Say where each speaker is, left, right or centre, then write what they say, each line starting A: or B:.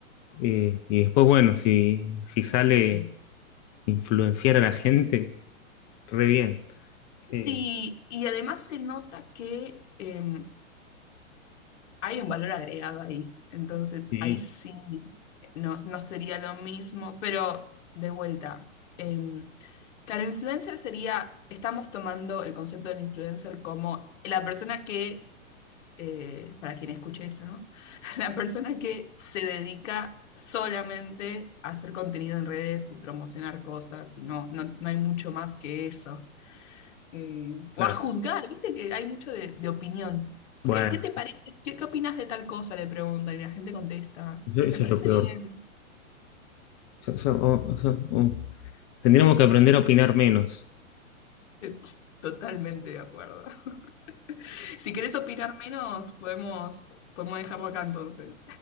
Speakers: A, on the left; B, on the left.
A: eh, y después, bueno, si, si sale
B: sí.
A: influenciar a la gente, re bien. Eh,
B: Sí, y además se nota que, eh, hay un valor agregado ahí. Entonces,
A: sí,
B: ahí sí, no, no sería lo mismo, pero de vuelta. em, claro, influencer sería, estamos tomando el concepto del influencer como la persona que, eh, para quien escuche esto, ¿no? <laughs> La persona que se dedica solamente a hacer contenido en redes y promocionar cosas y no, no, no hay mucho más que eso eh,
A: claro.
B: o a juzgar, viste que hay mucho de, de opinión.
A: Bueno,
B: Ok, ¿qué te parece? ¿Qué, qué opinas de tal cosa? Le pregunta y la gente contesta.
A: eso, eso
B: Me parece
A: es lo peor.
B: bien.
A: Eso- eso- o- eso- o- tendríamos que aprender a opinar menos.
B: <laughs> Totalmente de acuerdo. <laughs> Si querés opinar menos, podemos, podemos dejarlo acá entonces.